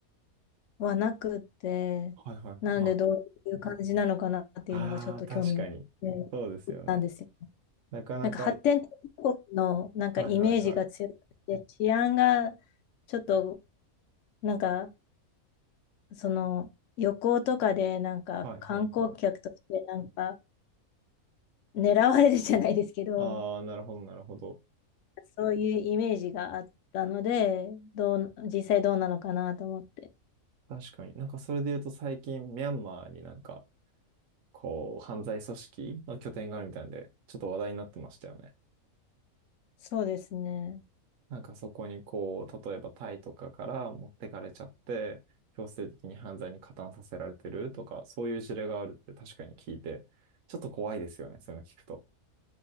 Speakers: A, on the left (about 65°); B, on the right (about 70°).
A: はなくって、
B: はいはい。
A: なのでどういう感じなのかなっていうのがちょっと興味があって行ったんですよ。
B: まあ、ああ、確かに。そうですよね。なかなか、
A: なんか発展途上国のなんかイメージが強くて、
B: はいはいはい。
A: 治安がちょっとなんかその旅行とかでなんか観光客としてなんか
B: はいはいはい。
A: 狙われるじゃないですけど、
B: ああ、なるほどなるほど。
A: そういうイメージがあったので、どう、実際どうなのかなと思って。
B: 確かに。なんかそれで言うと最近ミャンマーになんかこう犯罪組織の拠点があるみたいなんで、ちょっと話題になってましたよね。
A: そうですね。
B: なんかそこにこう、例えばタイとかから持ってかれちゃって、強制的に犯罪に加担させられてるとか、そういう事例があるって確かに聞いて、ちょっと怖いですよね、そういうの聞くと。